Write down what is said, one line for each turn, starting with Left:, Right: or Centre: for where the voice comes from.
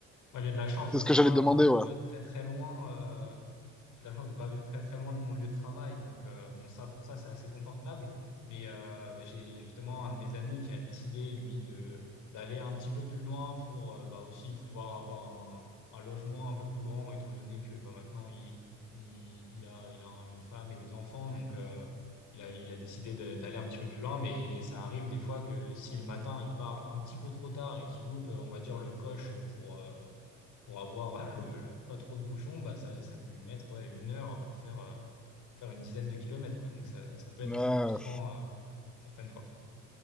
Left: moi, j'ai de la chance
Centre: c'est
Left: de ne
Centre: ce que
Left: pas
Centre: j'allais te demander,
Left: vivre
Centre: ouais.
Left: très, très loin euh, j'ai la chance de pas vivre très très loin de mon lieu de travail. Donc, euh, bon, ça, pour ça, c'est assez confortable. Mais euh, bah, j'ai justement un de mes amis qui a décidé, lui, de d'aller un petit peu plus loin pour euh, bah, aussi pouvoir avoir un, un logement un peu plus grand, étant donné que bah, maintenant, il, il, il a, il a une femme et des enfants. Donc, euh, il a, il a décidé de- d'aller un petit peu plus loin. Mais ça arrive des fois que si le matin, il part un petit peu trop tard et qu'il loupe, on va dire, le coche pour... euh, pour avoir euh, pas trop de bouchons, bah, ça, ça peut lui mettre ouais, une heure pour faire, euh, faire une dizaine de kilomètres, quoi. Donc ça, ça peut être
Centre: Ouais.
Left: assez frustrant euh, certaines fois.